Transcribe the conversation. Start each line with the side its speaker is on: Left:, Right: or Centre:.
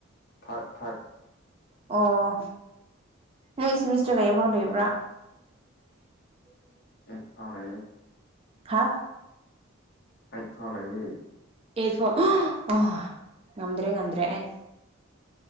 Left: ꯊꯥꯔꯠ ꯊꯥꯔꯠ
Right: ꯑꯣ ꯅꯪ ꯏꯁꯤ ꯃꯤꯁꯇꯔꯒꯩꯕꯥꯎ ꯂꯩꯕ꯭ꯔꯥ <inaudible> ꯎꯝ <unintelligible>
Left: ꯑꯦ ꯐ ꯂꯩꯌꯦ
Right: ꯊꯥ
Left: ꯑꯥꯏ ꯐ ꯂꯩꯌꯦ
Right: ꯏꯔꯐꯣ ꯑꯣ ꯉꯝꯗ꯭ꯔꯦ ꯉꯝꯗ꯭ꯔꯦ ꯑꯩ